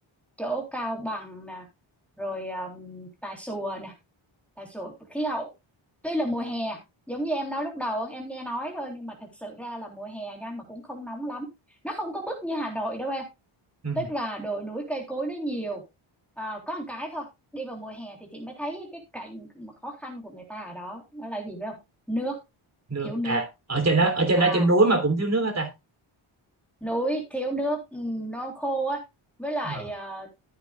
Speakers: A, in the centre; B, on the right.
A: chỗ Cao Bằng nè rồi um, Tà Xùa nè Tà Xùa khí hậu tuy là mùa hè giống như em nói lúc đầu em nghe nói thôi nhưng mà thật sự ra là mùa hè nha mà cũng không nóng lắm nó không có bức như Hà Nội đâu em
B: ừ.
A: tức là đồi núi cây cối nó nhiều à, có một cái thôi đi vào mùa hè thì chị mới thấy cái cảnh mà khó khăn của người ta ở đó đó là gì biết không nước
B: nước
A: thiếu nước
B: à ở trên đó
A: ha
B: ở trên
A: à
B: đó trên núi mà cũng thiếu nước hả ta
A: núi thiếu nước ừ, nó khô á với lại
B: Ờ,
A: ờ,